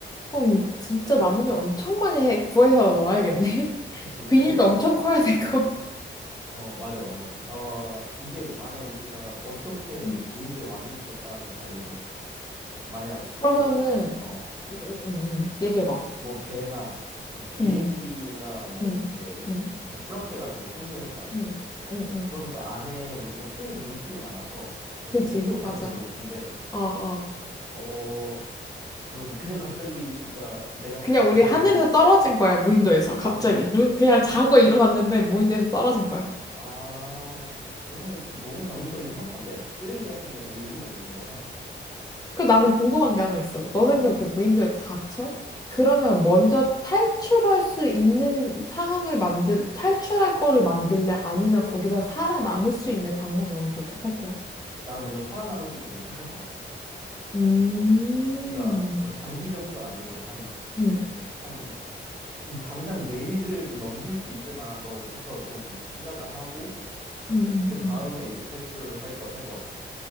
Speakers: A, on the left; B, in the centre.
A: 그럼 진짜 나뭇잎 엄청 많이 해, 구해서 넣어야겠네. <laughs>
B: 그치, 그냥
A: 비닐도
B: <laughs>
A: 엄청 커야 되고.
B: 어 맞아 맞아. 어 이게 만약 우리가 어떻게
A: 음.
B: 이 무인도에 왔는지에 따라 좀 다르긴 해. 만약
A: 그러면은,
B: 뭐 어
A: 음, 음, 음, 음. 얘기해봐.
B: 뭐 뭐 배나 뭐 비행기가
A: 응,
B: 뭐
A: 응,
B: 이렇게
A: 응,
B: 뭐 추락해가지고 생존했다.
A: 응, 응, 응.
B: 그러면 또 안에 우리가 쓸 물품이 많아서 내
A: 그지,
B: 생존 가능성이
A: 맞아.
B: 높은데.
A: 어, 어.
B: 어, 모르겠어. 그냥 갑자기 진짜 내가
A: 그냥
B: 지금 집에
A: 우리 하늘에서
B: 있는데,
A: 떨어진 거야, 무인도에서. 갑자기.
B: 아, 그래?
A: 눈, 그냥 자고 일어났는데 무인도에서 떨어진 거야.
B: 아, 그러면 진짜 너무 가능성이 희박한데? 쓰레기 같은 데 다 의존해야 되는 거잖아.
A: 그 나는 궁금한 게 하나 있어. 너는
B: 어.
A: 그렇게 무인도에 갇혀? 그러면 먼저 탈출할 수 있는 상황을 만들, 탈출할 거를 만들래? 아니면 거기서 살아남을 수 있는 방법을 먼저 택할 거야?
B: 나는 먼저 살아남을 수 있는 거 먼저 택할 것 같아.
A: 음,
B: 그러니까, 막 장기적인 건 아니어도 한,
A: 음,
B: 한, 당장 내일을 넘길 수 있을 만한 거부터 좀 생각을 하고,
A: 음, 음,
B: 그 다음에
A: 음.
B: 이제 탈출할 걸 할 것 같아.